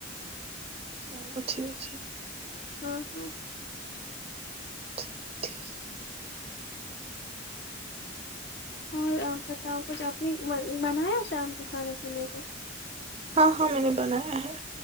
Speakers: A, on the right; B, on the left.
A: چلو ٹھیک ہے
B: ہاں ہاں
A: ٹھیک ٹھیک
B: اور آپ بتاؤ کچھ آپ نے بنایا شام کے کھانے کے لیے کچھ
A: ہاں ہاں میں نے بنایا ہے